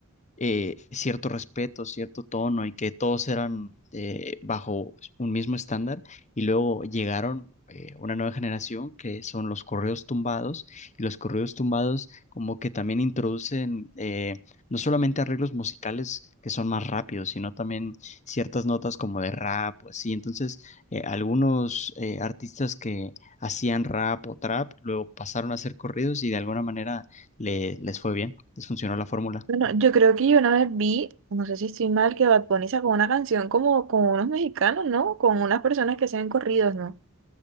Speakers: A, on the left (about 35°); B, on the right (about 60°).
A: eh, cierto respeto, cierto tono y que todos eran eh, bajo un mismo estándar y luego llegaron eh, una nueva generación que son los correos tumbados y los correos tumbados como que también introducen eh, no solamente arreglos musicales que son más rápidos, sino también ciertas notas como de rap o así. Entonces, eh, algunos eh, artistas que hacían rap o trap luego pasaron a hacer corridos y de alguna manera le- les fue bien, les funcionó la fórmula.
B: Bueno, yo creo que yo una vez vi, no sé si estoy mal, que Bad Bunny sacó una canción como con unos mexicanos, ¿no? Con unas personas que hacen corridos, ¿no?